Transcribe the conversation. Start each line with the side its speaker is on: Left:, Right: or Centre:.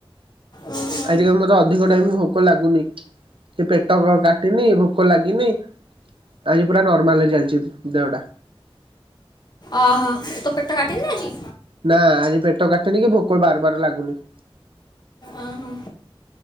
Left: ଓହୋ
Right: ଆଜ କାଲି ମତେ ଅଧିକ ଟାଇମ ଭୋକ ଲାଗୁନି ସେ ପେଟ କାଟିନି ଭୋକ ଲାଗିନି ଆଜି ପୁରା ନର୍ମାଲ ଚାଲିଛି ଦଉଡ଼ା
Left: ଓହୋ ତ ପେଟଟା କାଟନି ଆଜି
Right: ନା ଆଜି ପେଟ କାଟନି କି ଭୋକଳ ବାରବାର ଲାଗୁନି
Left: ଓହୋ